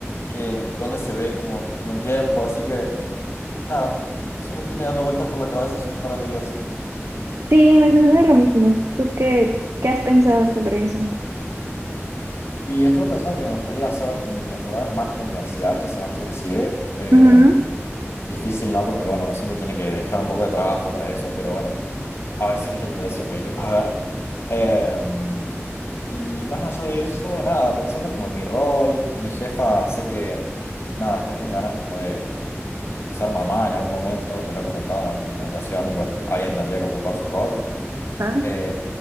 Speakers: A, on the left; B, on the right.
A: que dónde se ve como en un tiempo, así que, nada, eso me tiene dando vueltas por la cabeza hace un par de días.
B: Sí, me sucede lo mismo. ¿Tú qué, qué has pensado sobre eso?
A: Y estuve pensando que me gustaría hacer, mm, enfocarme más en la universidad este semestre que sigue. Em,
B: Ujú,
A: difícil, ¿no? Porque bueno, uno siempre tiene que dejar un poco de trabajo para eso, pero bueno. A veces es el precio que hay que pagar. Em, y más allá de eso, nada, pensando como en mi rol, mi jefa sé que, nada, está con ganas como de ser mamá en algún momento, me lo ha comentado en alguna ocasión y bueno, alguien tendría que ocupar su rol.
B: ah.
A: Eh,